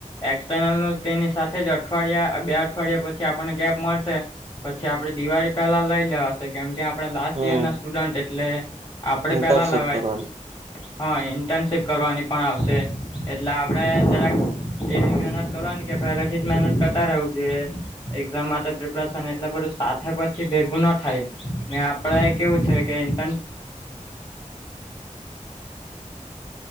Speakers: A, on the left; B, on the right.
A: એકસ નલ નું તેની સાથે જ અઠવાડિયા બે અઠવાડિયા પછી આપણને ગેપ મળશે, પછી આપડે દિવાળ પેહલા લઈ લેવાશે કેમ કે આપડે લાસ્ટ
B: હમ
A: ઈયર ના સ્ટુડન્ટ એટલે આપડે
B: ઇન્ટર્નશીપ
A: પેલા લેવાય.
B: કરવાની
A: હ, ઇન્ટર્નશીપ કરવાની પણ આવશે એટલે આપડે જરાક, એવી મહેનત કરવાની કે પહેલા થી જ મહેનત કરતા રહેવું જોઈએ, એક્ઝામ માટે પ્રિપરેશન એટલે બધું સાથે પછી ભેગું ન થાય મે એ કેવું છે કે ઇન્ટ